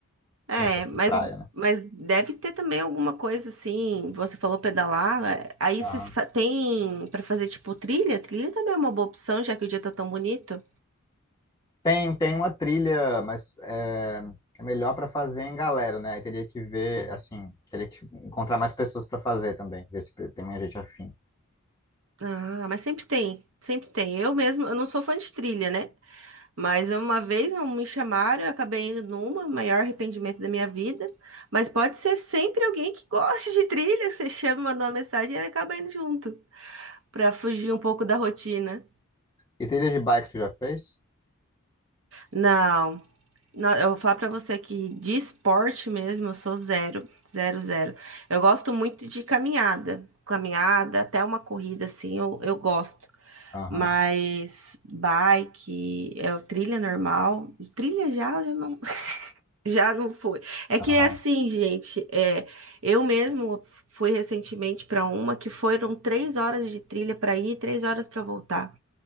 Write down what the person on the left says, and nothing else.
Campos
de praia, né?
Aham.
Tem, tem uma trilha, mas é, é melhor para fazer em galera, né? Aí teria que ver, assim, teria que encontrar mais pessoas para fazer também, ver se tem mais gente afim.
E trilha de bike tu já fez?
Aham,
aham.